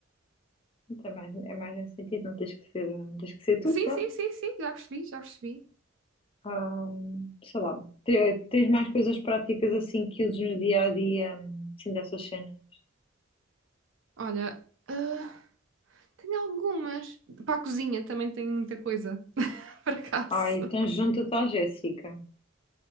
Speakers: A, on the left; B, on the right.
A: Então, é mais, é mais nesse sentido, não tens que ser, não tens que ser tu,
B: Sim,
A: pronto.
B: sim, sim, sim. Já percebi, já percebi.
A: Ah, sei lá, Te- tens mais coisas práticas assim que uses no dia a dia, hum, assim dessas cenas.
B: Olha, ah, tenho algumas. Para a cozinha também tenho muita coisa, <laughs> por acaso.
A: Ai, então junta-te à Jéssica.